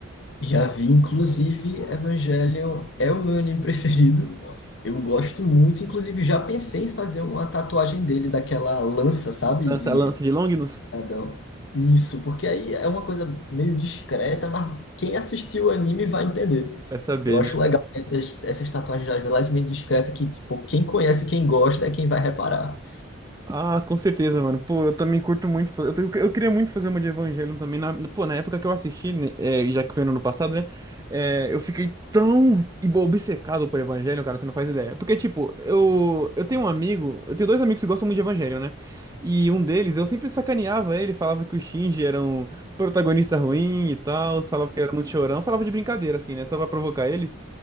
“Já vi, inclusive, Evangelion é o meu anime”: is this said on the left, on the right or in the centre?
Left